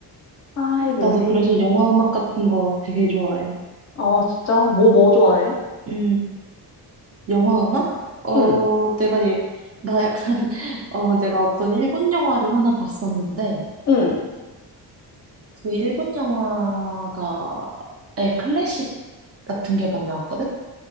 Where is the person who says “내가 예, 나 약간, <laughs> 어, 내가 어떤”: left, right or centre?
Right